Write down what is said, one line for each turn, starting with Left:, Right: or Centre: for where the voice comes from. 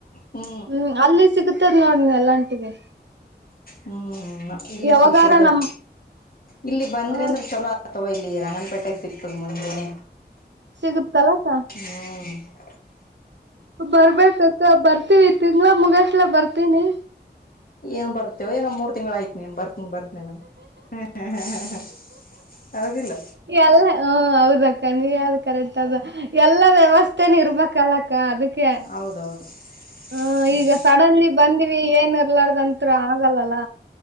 Left: ಹ್ಞೂ
Right: ಹ್ಮ್ ಅಲ್ಲಿ ಸಿಗತದ ನೋಡ ನೆಲ್ಲಂಟಿಗೆ
Left: ಹ್ಮ್ ಇಲ್ಲೇ
Right: ಯಾವಾಗಾರ
Left: ಸುರುಪುರದಾಗ
Right: ನಮ್
Left: ಇಲ್ಲಿ ಬಂದ್ರ
Right: ಆ
Left: ಅಂದ್ರ ಚಲೋ ಅಥವಾ ಇಲ್ಲಿ ರಂಗನ್ಪೇಟೆ ಸಿಕ್ಕ ಮುಂದನೆ
Right: ಸಿಗುತ್ತಲ್ಲಾಕ್ಕ
Left: ಹ್ಮ್
Right: ಬರ್ಬೇಕಕ್ಕ ಬರ್ತೀವಿ ತಿಂಗಳ ಮುಗಸ್ಲ ಬರ್ತೀನಿ.
Left: ಏನ್ ಬರ್ತವೆ ಏನೋ ಮೂರ್ ತಿಂಗಳಯ್ತು ನೀನ್ ಬತ ಂಬತ್ನೆೇನೆ <unintelligible> ಹ ಹ ಹ ಹ ಹ ಯದಿ ಲ್ಲ
Right: ಎಲ್ಲ ಹ ಹೌದಕ್ಕ ನೀ ಹೇಳದ್ ಕರೆಕ್ಟ್ ಅದು ಎಲ್ಲ ವ್ಯವಸ್ಥೆನ ಇರ್ಬೇಕಲ್ಲಕ್ಕ ಅದಕ್ಕೆ
Left: ಹೌದೌದು
Right: ಹ್ಮ
Left: ಹ್ಮ್
Right: ಈಗ ಸಡನ್ಲಿ ಬಂದ್ವಿ ಏನ್ ಇರ್ಲಾರ್ದಂತ ಆಗಲ್ಲಲ್ಲ